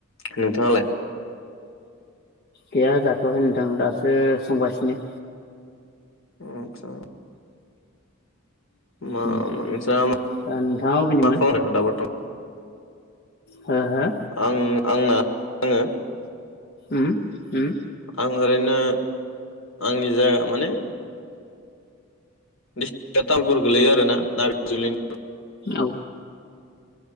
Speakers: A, on the left (about 70°); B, on the left (about 50°).
A: नोंथाङालाय?
B: गैया जाथ'वाखै नोंथां दासो संगासिनो।
A: आतसा। <unintelligible>
B: उम दा नोंथाङा अबेनिमोन हो हो
A: आं आंना आङो
B: उम उम
A: आं ओरैनो आंनि जायगा माने डिस्ट्रिक्टआ तामुलपुर। गोलैयो आरोना नाग्रिजुलिनि।
B: औ